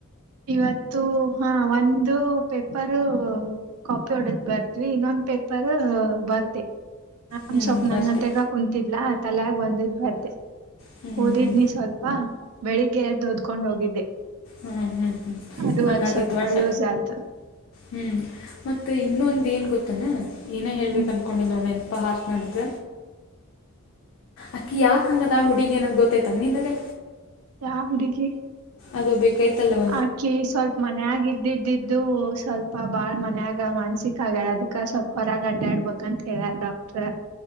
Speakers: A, on the right; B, on the left.
A: ಇವತ್ತು ಹಾ ಒಂದು ಪೇಪರು. ಕಾಪಿ ಹೊಡದ್ ಬರ್ದ್ವಿ ಇನ್ನೊಂದ್ ಪೇಪರ್ ಬರ್ದೆ ನಾಮ್
B: ಹ್ಞೂ
A: ಸ್ವಪ್ ನನ್ನತ್ತಗ.
B: ಬರ್ತಿ
A: ಕುಂತಿಲ್ಲಾ ತಲ್ಯಾಗ ಬಂದಿದ್ ಬರ್ದೇ.
B: ಹ್ಞೂ
A: ಓದಿದ್ನಿ
B: ಹ್ಞೂ
A: ಸ್ವಲ್ಪ ಬೆಳಿಗ್ಗೆ ಎದ್ದು ಓದ್ಕೊಂಡ್ ಹೋಗಿದ್ದೆ.
B: ಹ್ಮ್ ಹ್ಮ್ ಹ್ಮ್
A: ಅದು
B: ಹಂಗಾಗಿತ್ತು
A: ಅಲ್ಲಿ ಸ್ವಲ್ಪ
B: ವಟ್ಟ.
A: ಯೂಸ್ ಆತ
B: ಹ್ಮ್ ಮತ್ತ ಇನ್ನೊಂದ ಏನ್ ಗೊತ್ತಾನ ಏನ ಹೇಳ್ಬೇಕಂತ
A: ಹ್ಮ್
B: ಕಕೊಂಡು ನೋಡಿ ನೆನಪ ಹಾರ್ತ ನನಗ. ಅಕ್ಕಿ ಯಾಕೆ ಹಂಗ ಅದಾಳ ಹುಡಿಗೇ ಏನ ಗೊತ್ತೈತ ನ ನಿನಗೆ.
A: ಯಾ ಹುಡುಗಿ.
B: ಅದು ಬೇಕಾಯ್ತಲ್ಲವಾ.
A: ಆಕಿ ಸ್ವಲ್ಪ ಮನ್ಯಾಗ ಇದ್ದ ಇದ್ ಇದ್ದು. ಇದು ಸ್ವಲ್ಪ ಬಾಳ್ ಮನ್ಯಾಗ ಮಾನ್ಸಿಕ ಆಗ್ಯಾಳ ಅದಕ್ಕ ಸ್ವಲ್ಪ ಹೊರಗ ಅಡ್ಯಾಡ ಬೇಕಂತ ಹೇಳ್ಯಾರ್. ಬಿಟ್ರ